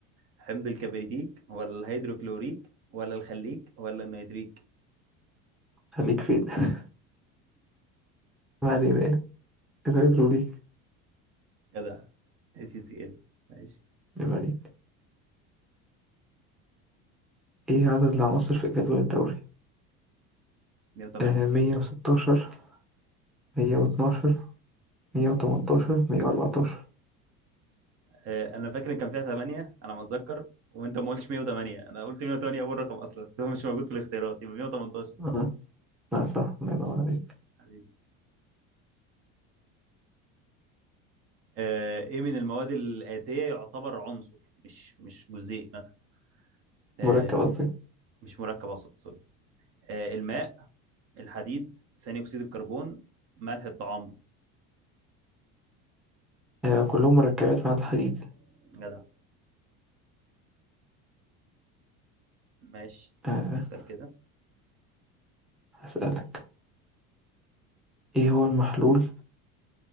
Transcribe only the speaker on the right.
حمض الكبريتيك ولا الهيدروكلوريك ولا الخليك ولا النيتريك
كده اتش سي ال ماشي
108
آه، انا فاكر ان كان فيها 8 انا ما اتذكر وانت ما قلتش 108 انا قلت 108 اول رقم اصلا بس هو مش موجود في الاختيارات يبقى 118
حبيبي آه، ايه من المواد الآتية يعتبر عنصر مش مش جزيء مثلا آه،
مش مركب اقصد سوري آه، الماء الحديد ثاني اكسيد الكربون ملح الطعام
مم. جدع ماشي
اسأل كده